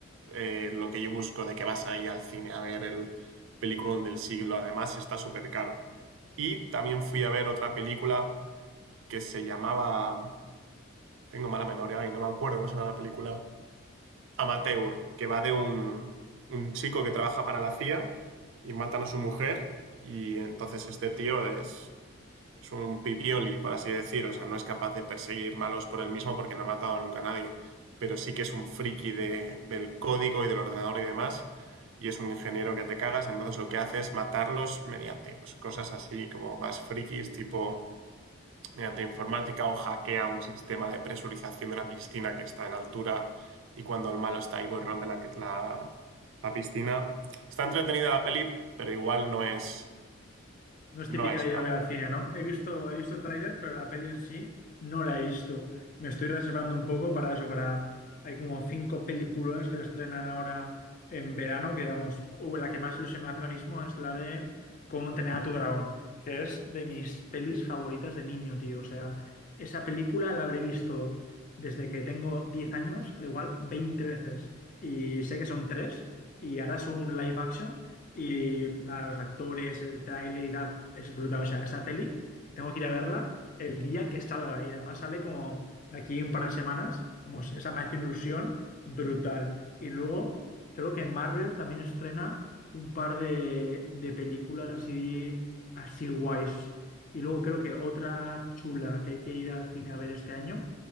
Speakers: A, on the right (about 70°); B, on the left (about 40°).
A: eh, lo que yo busco de que vas ahí al cine a ver el peliculón del siglo. Además, está súper caro. Y también fui a ver otra película que se llamaba. Tengo mala memoria y no me acuerdo cómo se llama la película. Amateur, que va de un, un chico que trabaja para la CIA y matan a su mujer. Y entonces este tío es, es un pipioli, por así decir, o sea, no es capaz de perseguir malos por él mismo porque no ha matado nunca a nadie, pero sí que es un friki de, del código y del ordenador y demás, y es un ingeniero que te cagas, entonces lo que hace es matarlos mediante pues, cosas así como más frikis, tipo mediante informática o hackea un sistema de presurización de una piscina que está en altura y cuando el malo está ahí pues rompe la, la, la piscina. Está entretenida la peli, pero igual no es,
B: No es
A: no
B: típica
A: es
B: de ir
A: una
B: a ver al cine, ¿no? He visto, he visto el tráiler, pero la peli en sí no la he visto. Me estoy reservando un poco para eso, para... Hay como cinco películas que se estrenan ahora en verano, que digamos, uh, la que más ilusión me hace ahora mismo es la de Cómo entrenar a tu dragón, que es de mis pelis favoritas de niño, tío. O sea, esa película la habré visto desde que tengo 10 años, al igual 20 veces. Y sé que son tres, y ahora es un live action. Y nada, los actores, el tráiler y tal, es brutal. O sea, esa peli tengo que ir a verla el día que salga. Y además sale como de aquí un par de semanas. Vamos, esa me hace una ilusión brutal. Y luego creo que Marvel también estrena un par de, de películas así, así guays. Y luego creo que otra chula que hay que ir al cine a ver este año,